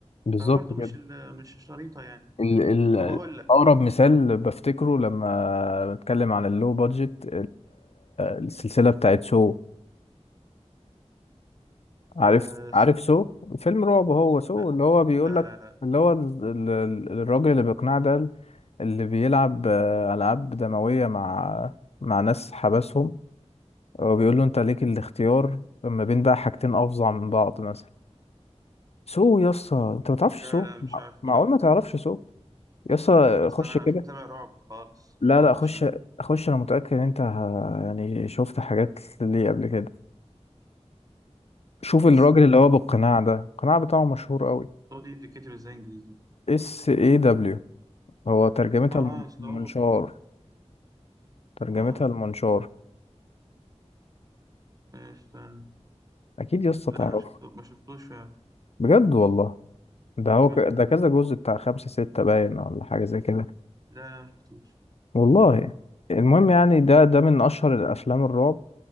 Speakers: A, on the left; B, on the right.
A: بالظبط
B: فبرضه مش
A: كده
B: ال- مش شريطة يعني
A: ال ال
B: طب اقول لك
A: أقرب مثال بفتكره لما بتكلم عن اللو بادجت السلسلة بتاعت سو عارف
B: أه
A: عارف سو فيلم رعب هو
B: سو-
A: سو
B: لا
A: اللي هو بيقول
B: لا
A: لك
B: لا لا
A: اللي هو ال- ال- ال- الراجل اللي بيقنع ده اللي بيلعب آه، ألعاب دموية مع مع ناس حبسهم وبيقول له أنت ليك الاختيار ما بين بقى حاجتين أفظع من بعض مثلا سو يسا أنت ما تعرفش
B: لا
A: سو
B: لا مش
A: مع-
B: عارفه
A: معقول
B: لا
A: ما تعرفش سو يسا
B: اصلا
A: خش
B: انا
A: كده
B: مش متابع رعب خالص
A: لا
B: او
A: لا
B: مش
A: خش
B: مش
A: خش انا متأكد ان انت ه- يعني شفت حاجات ليه قبل كده شوف الراجل
B: اسمه
A: اللي هو بالقناع ده القناع بتاعه مشهور قوي
B: سو دي بتتكتب ازاي انجليزي
A: اس اي دبليو هو ترجمتها
B: اه
A: الم-
B: سو
A: المنشار ترجمتها
B: اه
A: المنشار
B: استنى
A: اكيد يسطا
B: لا
A: تعرفه
B: انا شفت- ما شفتوش فعلا
A: بجد والله ده
B: اه
A: هو
B: بجد
A: ك... ده كذا جزء بتاع خمسة ستة باين ولا حاجة زي كده
B: لا لا ما شفتوش
A: والله المهم يعني ده ده من اشهر الافلام الرعب